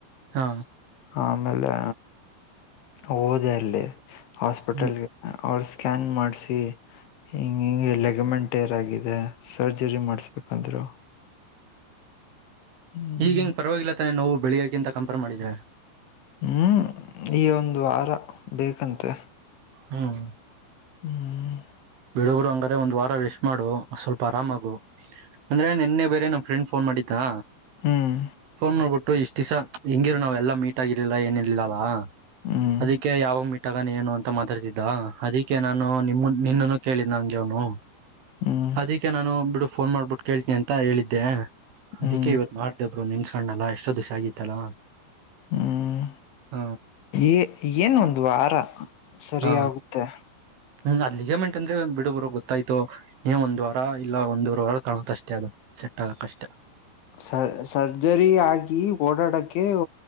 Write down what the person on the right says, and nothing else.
ಹಾ
ಹ್ಮ್
ಈಗ ಏನ್ ಪರವಾಗಿಲ್ಲ ತಾನೆ ನೋವು ಬೆಳಿಗ್ಕಿಂತ ಕಂಪೇರ್ ಮಾಡಿದ್ರೆ
ಹ್ಮ್
ಬಿಡು ಬಿಡು ಹಂಗಾರೆ ಒಂದ್ ವಾರ ರೆಸ್ಟ್ ಮಾಡು ಸ್ವಲ್ಪ ಆರಾಮಾಗು. ಅಂದ್ರೆ ನಿನ್ನೆ ಬೇರೆ ನಮ್ ಫ್ರೆಂಡ್ ಫೋನ್ ಮಾಡಿದ್ದಾ
ಫೋನ್ ಮಾಡ್ಬಿಟ್ಟು ಇಷ್ಟ ದಿಸ ಹೆಂಗಿರು ನಾವ್ ಎಲ್ಲ ಮೀಟ್ ಆಗಿರ್ಲಾ ಏನಿರ್ಲಲ್ಲಾ
ಅದಿಕ್ಕೆ ಯಾವಾಗ ಮಿಟ್ಟಾಗ ನೀ ಏನು ಅಂತ ಮಾತಾಡ್ತಿದ್ದ ಅದಿಕ್ಕೆ ನಾನು ನಿಮ್ಮ ನಿನ್ನನ್ನು ಕೇಳಿದ್ ನಂಗೆ ಅವನು
ಅದಕ್ಕೆ ನಾನು ಬಿಡು ಫೋನ್ ಮಾಡ್ಬಿಟ್ಟು ಕೇಳ್ತೀನಿ ಅಂತ ಹೇಳಿದ್ದೆ ಅದಕ್ಕೆ
ಇವತ್ ಮಾಡ್ದೆ ಬ್ರು ನೆನಸ್ ಕಂಣಲ್ಲ ಎಷ್ಟೋ ದಿವಸ ಆಗಿತ್ತಲ್ಲ
ಹ
ಹಾ
ಹ್ಮ ಅದಲಿಗೆಮೆಂಟ್ ಅಂದ್ರೆ ಬಿಡುಬಿಡು ಗೊತ್ತಾಯ್ತು ಏ ಒಂದ್ ವಾರ ಇಲ್ಲ ಒಂದೂವರ ವಾರ ಕಾಣುತ್ತ ಅಷ್ಟೇ ಅದು ಸೆಟ್ ಆಗಕ್ ಅಷ್ಟೆ.